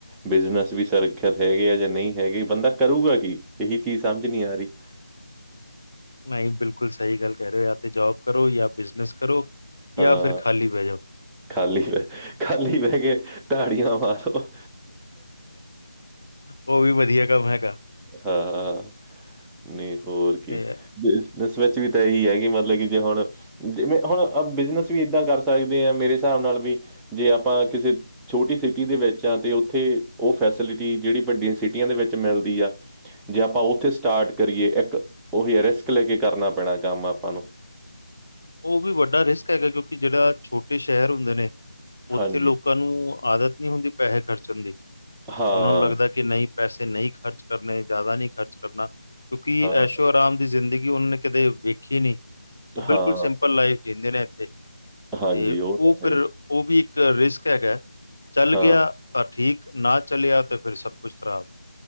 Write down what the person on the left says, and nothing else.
ਨਹੀਂ, ਬਿਲਕੁਲ ਸਹੀ ਗੱਲ ਕਹਿ ਰਹੇ ਹੋ, ਯਾ ਤੇ ਜੌਬ ਕਰੋ ਯਾ ਬਿਜਨਸ ਕਰੋ।
ਯਾ ਫਿਰ ਖਾਲੀ ਬਹਿ ਜਾਓ।
ਓਹ ਵੀ ਵਧੀਆ ਕੰਮ ਹੈਗਾ।
ਤੇ
ਓਹ ਵੀ ਵੱਡਾ ਰਿਸਕ ਹੈਗਾ, ਕਿਉਂਕਿ ਜਿਹੜਾ ਛੋਟੇ ਸ਼ਹਿਰ ਹੁੰਦੇ ਨੇ, ਉੱਥੇ
ਲੋਕ ਲੋਕਾਂ ਨੂੰ ਆਦਤ ਨਹੀਂ ਹੁੰਦੀ ਪੈਹੇ ਖਰਚਣ ਦੀ,
ਉਹਨਾਂ ਨੂੰ ਲੱਗਦਾ ਕਿ ਨਹੀਂ, ਪੈਸੇ ਨਹੀਂ ਖਰਚ ਕਰਨੇ ਜ਼ਿਆਦਾ ਨਹੀਂ ਖਰਚ ਕਰਨਾ, ਕਿਉਂਕਿ
ਐਸ਼ੋਅਰਾਮ ਦੀ ਜ਼ਿੰਦਗੀ ਉਹਨੇ ਕਦੇ ਵੇਖੀ ਨਹੀਂ। ਉਹ ਬਿਲਕੁਲ
ਸਿੰਪਲ ਲਾਈਫ ਜੀਂਦੇ ਨੇ ਇੱਥੇ,
ਤੇ ਉਹ
ਫਿਰ
ਉਹ ਵੀ ਇੱਕ ਰਿਸਕ ਹੈਗਾ, ਚੱਲ
ਗਿਆ ਤਾ ਠੀਕ, ਨਾ ਚਲਿਆ ਤੇ ਫੇਰ ਸਭ ਕੁਛ ਖਰਾਬ।